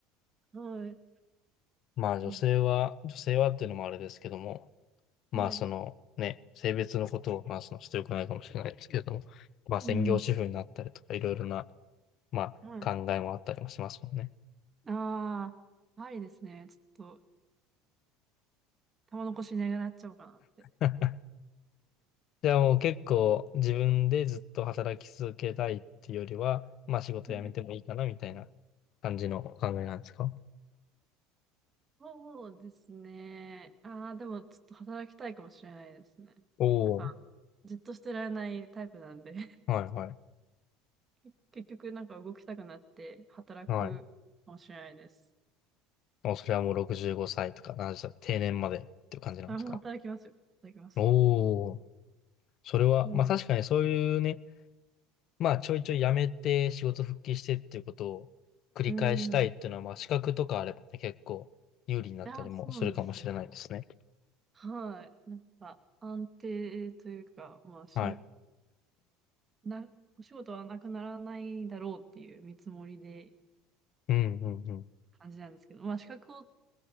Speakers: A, on the right; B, on the left.
A: はい。
B: まあ、女性は、
A: うん。
B: 女性はっていうのもあれですけども、まあ、
A: はい。
B: その、ね、性別のことを話すのはちょっと良くないかもしれないですけれども、まあ、専業主婦になったりとか、
A: うん。
B: いろいろな、まあ、
A: はい。
B: 考えもあったりもしますもんね。
A: ああ、ありですね。ちょっと、玉残しなくなっちゃおうかなって。
B: <laughs> じゃあもう結構自分でずっと働き続けたいっていうよりは、まあ仕事辞めてもいいかなみたいな感じのお考えなんですか
A: はい、そうですね。ああ、でも、ちょっと働きたいかもしれないですね。
B: おお
A: なんか、じっとしてられないタイプなんで
B: ー、はいはい、
A: <laughs> 結局、なんか動きたくなって働くかもしれないです。
B: はい。もうそれはもう65歳とか70歳、定年までっていう感じなんですか
A: あ、もう働きますよ。働きます。
B: おおー、それは、
A: うん。
B: まあ確かにそういうね、まあちょいちょい辞めて仕事復帰してっていうことを繰り返したいっていうのは、
A: うん。い
B: まあ資格とかあればね、結構有利になったりもするかもしれないですね。
A: や、そうなんですよ。はい。なんか、安定というか、まあ、し、
B: はい。
A: な、お仕事はなくならないだろうっていう見積もりで
B: うんうんうん。
A: 感じなんですけど、まあ、資格を